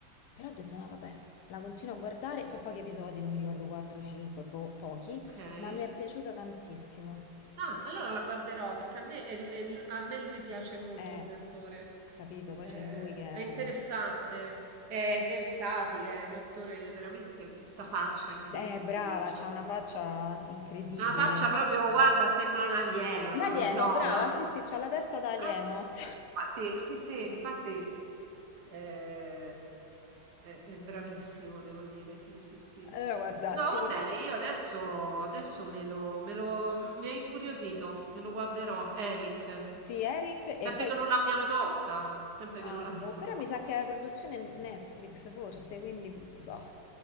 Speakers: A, on the left; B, on the right.
A: Però ho detto, no, vabbè, la continuo a guardare, so pochi episodi, non mi ricordo 4, 5, boh, pochi,
B: Okay.
A: ma mi è piaciuta tantissimo.
B: Ah, allora la guarderò perché a me el el a me lui piace molto
A: Eh,
B: come attore.
A: capito, poi
B: Eh,
A: c'è lui che
B: è
A: è
B: interessante, è versatile, è un attore veramente con questa faccia incredibile,
A: eh, brava,
B: c'ha
A: c'ha una
B: veramente-
A: faccia incredibile.
B: c'ha una faccia proprio, guarda, sembra un alieno,
A: Un
B: non
A: alieno,
B: lo so.
A: brava,
B: una-
A: sì, sì, c'ha la testa da alieno.
B: Ah,
A: <laughs>
B: infatti, sì, sì, infatti eh, è, è bravissimo, devo dire, sì, sì, sì.
A: Allora, guarda,
B: No,
A: ci...
B: va bene, io adesso, adesso me lo, me lo, mi ha incuriosito, me lo guarderò, Eric,
A: sì, Eric,
B: sempre
A: e poi
B: che non l'abbiano tolta, sempre
A: Ah,
B: che non l'abbiano
A: boh, però
B: tolta.
A: mi sa che è la produzione Netflix, forse, quindi, boh,